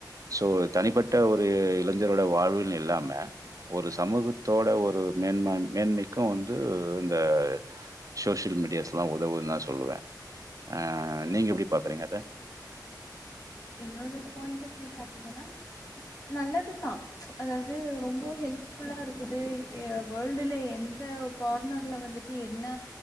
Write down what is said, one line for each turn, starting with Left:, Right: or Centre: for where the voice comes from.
Right: சோ தனிப்பட் விட்டா ஒரு இளைஞர்ரோட வாழ்வில் இல்லாம ஒரு சமூகத்தோட ஒரு மேன்ம மேன்மைக்கு வந்து இந்த சோசியல் மீடியாஸ்லா உதவும் தா சொல்லுவ அ நீங்க எப்டி பாக்குறீங்க அத
Left: என்னோட பாயிண்ட் ஆஃப் வியூ பாத்தீங்ன்னா நல்லதுதா அதாவ்து ரொம்ப ஹெல்ப்ஃபுல்லா இருக்குது வேர்ல்டுல எந்த ஒர் கார்னர்ல வந்துட்டு என்ன